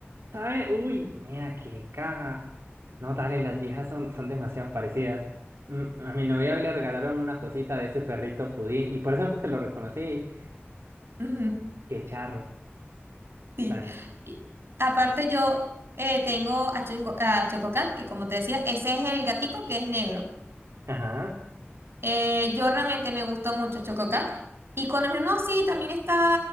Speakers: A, on the right; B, on the right.
A: ¿Sabe? Uy, nena, qué caja. No, dale, las viejas son, son demasiado parecidas. Mm, A mi novia hoy le regalaron una cosita de ese perrito pudín y por eso fue que lo reconocí.
B: Ujú,
A: ¡Qué charro!
B: Sí.
A: Dale.
B: Y aparte, yo eh, tengo a, Choco, a Chococat, que como te decía, ese es el gatico que es negro.
A: Ajá.
B: Eh, yo realmente me gustó mucho Chococat. Y cuando me dijo, no, sí, también está